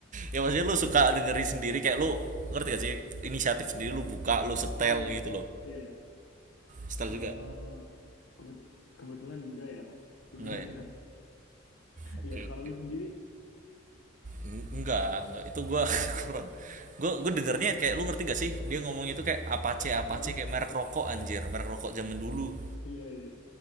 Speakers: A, on the right; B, on the left.
A: Ya maksudnya lu suka dengerin sendiri kayak lu ngerti gak sih? Inisiatif sendiri lu buka, lu setel
B: Oh iya,
A: gitu loh.
B: iya. iya.
A: Setel
B: Eh,
A: juga.
B: kebet- kebetulan enggak ya <laughs> sebenarnya.
A: Enggak ya? Oke,
B: Iya,
A: oke.
B: kalau lu sendiri,
A: N- Enggak, enggak. Itu gue <laughs> kurang. gue gue dengernya kayak lu ngerti gak sih? Dia ngomong itu kayak Apache Apache
B: eh,
A: kayak merek rokok anjir, merek rokok zaman dulu.
B: iya iya